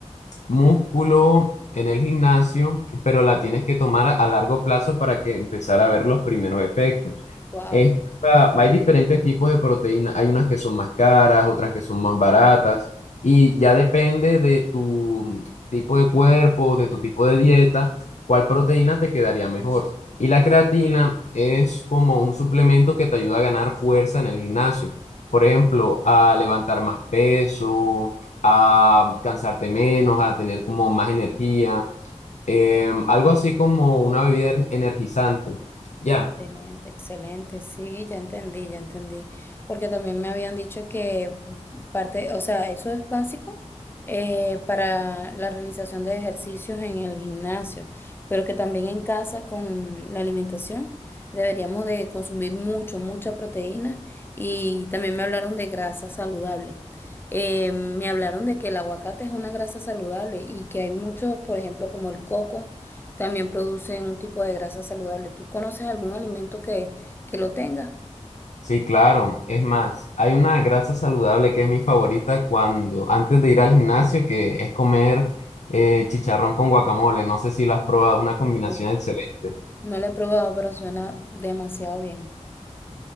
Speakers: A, on the left; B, on the left.
A: músculo en el gimnasio, pero la tienes que tomar a a largo plazo para que empezar a ver los primeros efectos.
B: Wow.
A: Esta- hay diferentes tipos de proteínas, hay unas que son más caras, otras que son más baratas, y ya depende de tu tipo de cuerpo, de tu tipo de dieta, cuál proteína te quedaría mejor. Y la creatina es como un suplemento que te ayuda a ganar fuerza en el gimnasio. Por ejemplo, a levantar más peso, a um, cansarte menos, a tener como más energía, em, algo así como una bebida er- energizante. Ya,
B: Excelente, excelente, sí, ya entendí, ya entendí, porque también me habían dicho que parte, o sea, eso es básico eh, para la realización de ejercicios en el gimnasio, pero que también en casa con la alimentación deberíamos de consumir mucho, mucha proteína y también me hablaron de grasa saludable. Eh, me hablaron de que el aguacate es una grasa saludable y que hay muchos, por ejemplo, como el coco. También producen un tipo de grasa saludable. ¿Tú conoces algún alimento que, que lo tenga?
A: sí, claro. Es más, hay una grasa saludable que es mi favorita cuando, antes de ir al gimnasio, que es comer eh, chicharrón con guacamole. No sé si lo has probado, es una combinación
B: Uh,
A: excelente.
B: no lo he probado, pero suena demasiado bien.